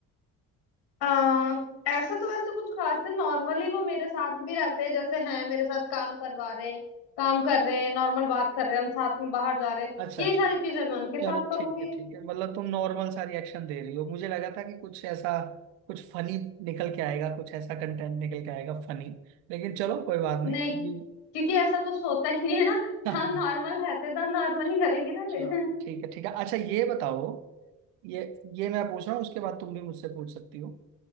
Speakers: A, on the left; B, on the right.
A: आ, ऐसा तो वैसे कुछ खास नहीं नॉर्मली वो मेरे साथ भी रहते हैं जैसे हैं मेरे साथ काम करवा रहे काम कर रहे हैं नॉर्मल बात कर रहे हैं हम साथ में बाहर जा रहे हैं
B: अच्छा
A: यही
B: अच्छा
A: सारी
B: अच्छा।
A: चीजें मैं उनके साथ
B: चलो
A: करूंगी
B: ठीक है ठीक है मतलब तुम नॉर्मल सा रिएक्शन दे रही हो मुझे लगा था कि कुछ ऐसा कुछ फनी निकल के आएगा कुछ ऐसा कंटेंट निकल के आएगा फनी लेकिन चलो कोई बात
A: नहीं
B: नहीं अभी-
A: क्योंकि ऐसा कुछ होता ही नहीं है ना
B: <laughs>
A: हम नॉर्मल रहते तो हम नॉर्मल ही करेंगे ना
B: चलो,
A: फिर
B: ठीक है ठीक है अच्छा ये बताओ ये ये मैं पूछ रहा हूँ उसके बाद तुम भी मुझसे पूछ सकती हो